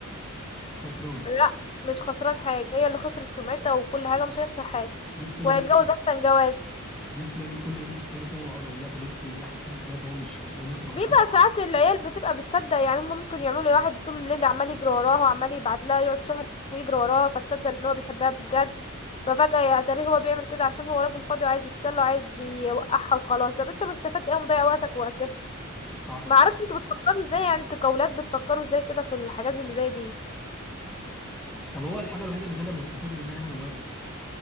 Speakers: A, in the centre; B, on the left.
A: مش خسران
B: لا مش خسران حاجة هي اللي خسرت سمعتها وكل حاجة مش هيخسر حاجة
A: نفسي بقى
B: وهيتجوز
A: اجيب
B: احسن جواز
A: نفسي بقى اجيب كل بنت بتعمل كده واقعد اقول لها طب انت واحد اتنين تلاته هو مش خسران انت خسران
B: بيبقى ساعات العيال بتبقى بتصدق يعني هم ممكن يعملوا واحد طول الليل عمال يجري وراها وعمال يبعت لها يقعد شهر يجري وراها فتتصدق ان هو بيحبها بجد ففجأة يا ترى هو بيعمل كده عشان هو راجل فاضي وعايز يتسلى وعايز يوقعها وخلاص طب انت مستفاد ايه ومضيع وقتك وقتها
A: صح
B: ما اعرفش انتوا بتفكروا ازاي يعني انتوا كاولاد بتفكروا ازاي كده في الحاجات اللي زي دي
A: طب هو الحاجه الوحيده اللي طلع مستفيد منها هنا الواد